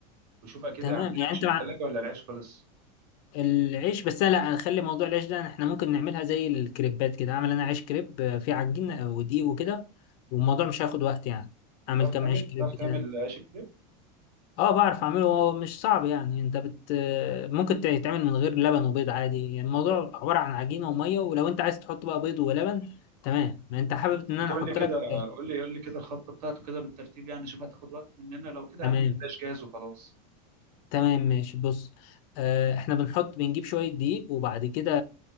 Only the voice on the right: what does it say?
وشوف اكيد
عندنا
عيش
في التلاجة ولا العيش خلص
بتعرف
تعمل
بتعرف
تعمل
عيش الكريب
طب
ما
تقول
لي كده
قول لي قول لي كده الخلطة بتاعته كده بالترتيب يعني شوف هتاخد وقت مننا لو كده
يا عم جلاش جاهز وخلاص